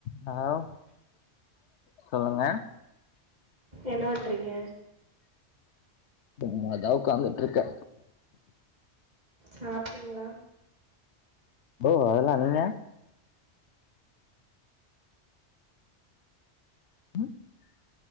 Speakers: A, on the left; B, on the right.
A: Hello சொல்லுங்க
B: என்ன பண்றீங்க
A: சும்மா தான் உட்காந்துட்டு இருக்கே
B: சாப்பிட்டீங்களா
A: ஓ அதெல்லா நீங்க <inaudible>